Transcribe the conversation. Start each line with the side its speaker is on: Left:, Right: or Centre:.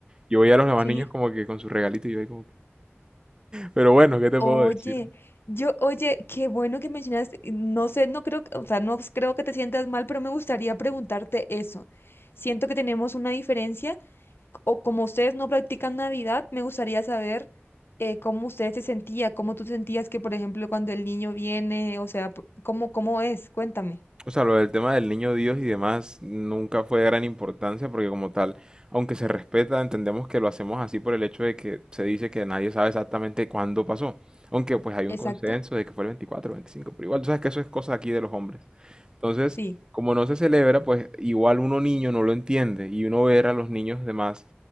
Right: Yo veía a los demás
Left: sí.
Right: niños como que con su regalito y yo ahí como pero bueno, ¿qué te
Left: Oye,
Right: puedo decir?
Left: yo, oye, qué bueno que mencionas, no sé, no creo, que- o sea, no creo que te sientas mal, pero me gustaría preguntarte eso. Siento que tenemos una diferencia, o como ustedes no practican Navidad, me gustaría saber eh, cómo ustedes se sentían, cómo tú sentías que, por ejemplo, cuando el niño viene, o sea, p- cómo, cómo es, cuéntame.
Right: O sea, lo del tema del niño Dios y demás nunca fue de gran importancia porque como tal, aunque se respeta, entendemos que lo hacemos así por el hecho de que se dice que nadie sabe exactamente cuándo pasó. Aunque pues hay un
Left: Exacto,
Right: consenso de que fue el 24 o 25 pero igual tú sabes que eso es cosa aquí de los hombres. Entonces,
Left: sí.
Right: como no se celebra, pues igual uno niño no lo entiende y uno ver a los niños demás